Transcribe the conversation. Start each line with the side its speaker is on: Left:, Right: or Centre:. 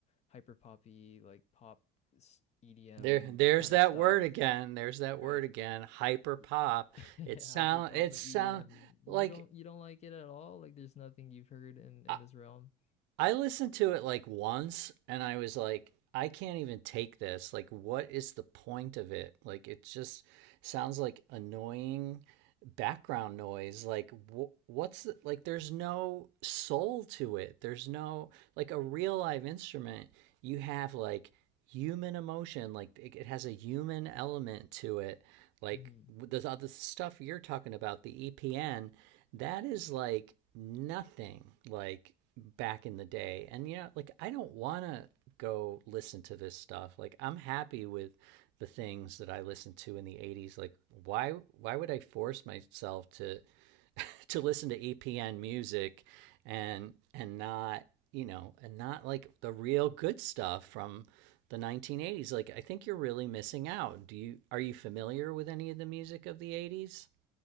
Left: hyper poppy like pop s- EDM
Right: There there's
Left: kind
Right: that
Left: of stuff,
Right: word again. There's that word
Left: right?
Right: again. Hyper pop.
Left: Y- <laughs>
Right: It sound
Left: Hyper pop
Right: it
Left: and
Right: sound
Left: EDM. You
Right: like
Left: don't you don't like it at all? Like there's nothing you've heard in in
Right: I
Left: this realm.
Right: I listened to it like once and I was like, I can't even take this. Like, what is the point of it? Like, it just sounds like annoying background
Left: Mm-hmm.
Right: noise. Like, wh- what's the, like, there's no soul to it. There's no, like, a real live instrument, you have like human emotion. Like, it, it has a human element to it like
Left: mm-hmm.
Right: there's all this stuff you're talking about the EPN that is like nothing like back in the day and you know like I don't want to go listen to this stuff like I'm happy with the things that I listened to in the 80s like why why would I force myself to <laughs> to listen to EPN music and and not you know and not like the real good stuff from the 1980s like i think you're really missing out do you are you familiar with any of the music of the 80s